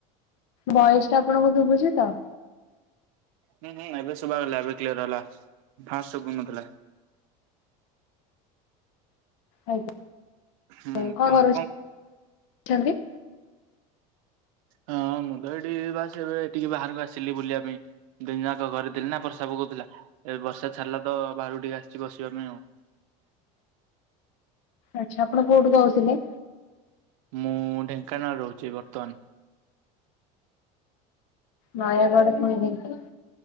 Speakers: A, on the left; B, on the right.
A: ବୟସଟା ଆପଣଙ୍କୁ ଶୁଭୁଛି ତ?
B: ହୁଁ ହୁଁ ଏବେ ଶୁଭାଗଲା ଏବେ କ୍ଲିୟର ହେଲା ଫାଷ୍ଟ ସୁବୁ ନଥିଲା।
A: ଆଜ୍ଞା
B: ହୁଁ
A: କଣ
B: କୁହନ୍ତୁ
A: କରୁ <unintelligible> ଛନ୍ତି
B: ହଁ ମୁଁ ତ ଏଠି ବାସ ଏବେ ଟିକେ ବାହାରକୁ ଆସିଲି ବୁଲିବା ପାଇଁ। ଦିନ ଯାକ ଘରେ ଥିଲି ନା ବର୍ଷା ପକଉଥିଲା। ଏବେ ବର୍ଷା ଛାଡ଼ିଲା ତ ବାହାରୁ ଟିକେ ଆସିଛି ବସିବା ପାଇଁ ଆଉ।
A: ଆଚ୍ଛା ଆପଣ କୋଉଠୁ କହୁଥିଲେ?
B: ମୁଁ ଢେଙ୍କାନାଳ ରହୁଛି ବର୍ତ୍ତମାନ।
A: ନୟାଗଡ଼ ପୁଣି ଢେଙ୍କାନାଳ।